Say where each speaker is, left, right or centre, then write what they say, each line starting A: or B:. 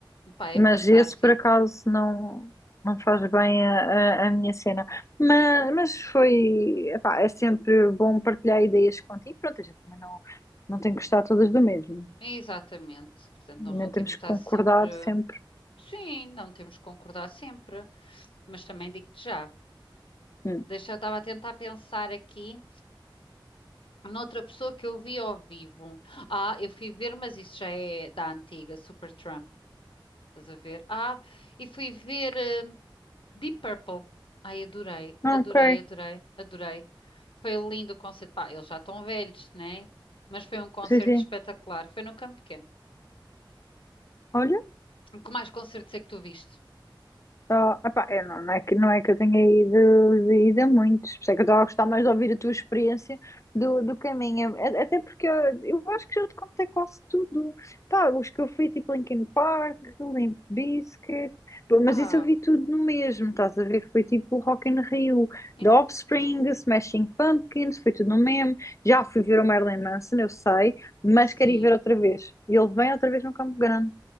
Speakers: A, on the left; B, on the left.
A: Pá, é
B: mas
A: fantástico.
B: esse por acaso não, não faz bem a, a, a minha cena. Mas, mas foi, epá, é sempre bom partilhar ideias contigo. Pronto, a gente também não, não tem que gostar todas do mesmo.
A: Exatamente. Portanto, nós
B: Nem
A: não temos
B: temos
A: de
B: que
A: estar
B: concordar
A: sempre.
B: sempre.
A: Sim, não temos de concordar sempre. Mas também digo-te já.
B: Hum.
A: Deixa, eu estava a tentar pensar aqui noutra pessoa que eu vi ao vivo. Ah, eu fui ver, mas isso já é da antiga, Super Trump. Estás a ver? Ah, e fui ver eh, Deep Purple. Ai, adorei,
B: Ok,
A: adorei, adorei, adorei. Foi lindo o concerto. Pá, eles já estão velhos, né? Mas foi um concerto
B: sim, sim.
A: espetacular. Foi no Campo Pequeno.
B: Olha,
A: Que mais concertos é que tu viste?
B: Oh, epá, eu não, não é que, não é que eu tenha ido, de- ido a muitos, por isso é que eu estava a gostar mais de ouvir a tua experiência do, do caminho, A- até porque eu, eu acho que já te contei quase tudo, pá, os que eu fui, tipo Linkin Park, Limp Bizkit, pô,
A: Pá,
B: mas isso eu vi tudo no mesmo, estás a ver, foi tipo Rock in Rio,
A: então,
B: The Offspring, Smashing Pumpkins, foi tudo no mesmo, já fui ver o Marilyn Manson, eu sei, mas
A: sim.
B: quero ir ver outra vez, e ele vem outra vez no Campo Grande.